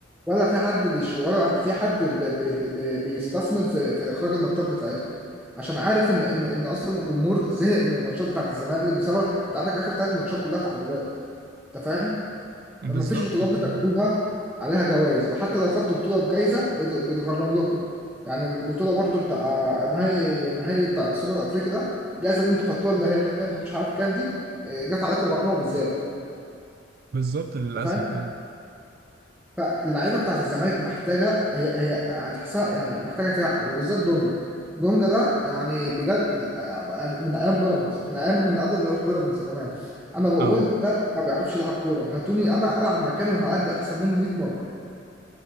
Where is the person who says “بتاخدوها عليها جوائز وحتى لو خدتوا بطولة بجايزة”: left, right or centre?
Centre